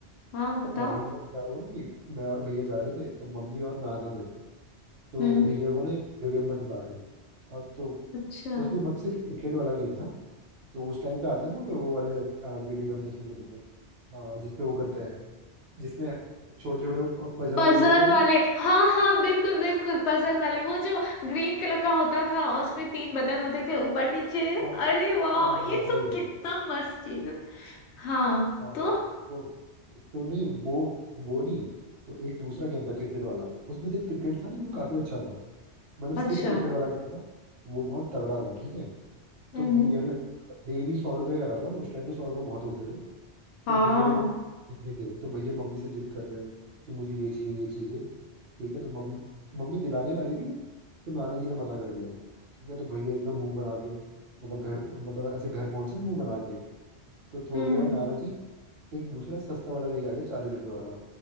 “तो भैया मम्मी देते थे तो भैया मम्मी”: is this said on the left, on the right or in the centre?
Right